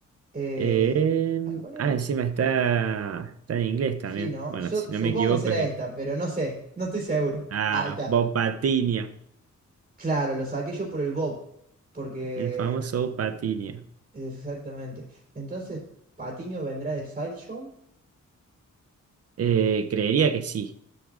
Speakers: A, on the right (about 30°); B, on the right (about 50°).
A: Eh,
B: Eh,
A: Ay, ¿cuál era?
B: ah, encima está, está en inglés también.
A: Sí, ¿no?
B: Bueno,
A: Yo
B: si
A: supongo
B: no me equivoco
A: que será
B: es esta.
A: esta, pero no sé. No estoy seguro.
B: Ah,
A: Ahí
B: no,
A: está.
B: Bob Patiño,
A: Claro, lo saqué yo por el Bob. Porque
B: el famoso Bob Patiño.
A: Exactamente. Entonces, Patiño vendrá de Sideshow.
B: Eh, creería que sí.